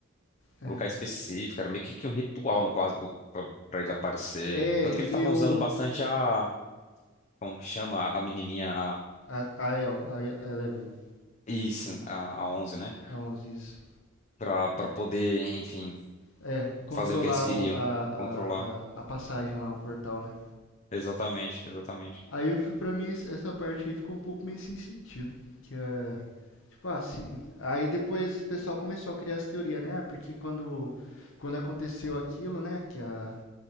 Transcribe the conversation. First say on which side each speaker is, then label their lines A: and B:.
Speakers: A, on the left; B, on the left.
A: É,
B: lugar específico, era meio que, que um ritual, no quase, pra, pra pra ele aparecer.
A: é
B: Tanto
A: e,
B: que eles estavam
A: e o...
B: usando bastante a, como que chama, a menininha,
A: A, a El, a a Eleven,
B: Isso, a, a 11, né?
A: a onze isso.
B: Pra, pra poder, enfim,
A: É, controlar
B: fazer o que eles queriam,
A: o- a, a,
B: controlar.
A: a, a passagem lá, o portal, né?
B: Exatamente, exatamente.
A: Aí eu fui, pra mim, essa essa parte aí ficou um pouco meio sem sentido. Que é. Tipo, assim Aí depois o pessoal começou a criar essa teoria, né? Ah, porque quando, quando aconteceu aquilo, né? Que a,